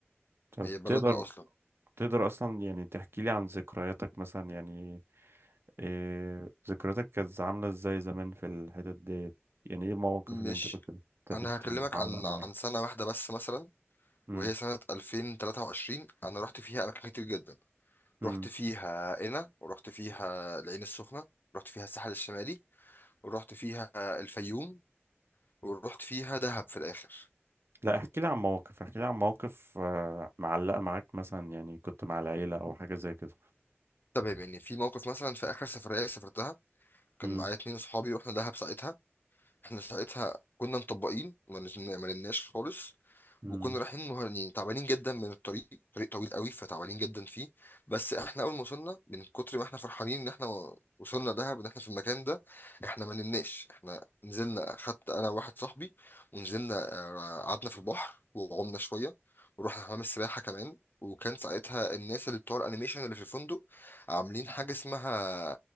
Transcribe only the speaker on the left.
هي بلدنا
أصلا
مش
أنا
هكلمك
عن
عن سنة واحدة بس مثلا
وهي سنة 2023 أنا رحت فيها أماكن كتير جدا
رحت فيها قنا ورحت فيها العين السخنة رحت فيها الساحل الشمالي ورحت فيها الفيوم ورحت فيها دهب في الاخر
تمام يعني في موقف مثلا في اخر سفريه سافرتها كان
معايا اتنين صحابي رحنا دهب ساعتها احنا ساعتها كنا مطبقين ما نزلنا- ما نمناش خالص
وكنا رايحين مه- يعني تعبانين جدا من الطريق طريق طويل قوي فتعبانين جدا فيه بس احنا اول ما وصلنا من كتر ما احنا فرحانين ان احنا وصلنا دهب ان احنا في المكان ده احنا ما نمناش احنا نزلنا خدت انا وواحد صاحبي ونزلنا آه، قعدنا في البحر وعمنا شويه ورحنا حمام السباحه كمان وكان ساعتها الناس اللي بتوع الانيميشن اللي في الفندق عاملين حاجه اسمها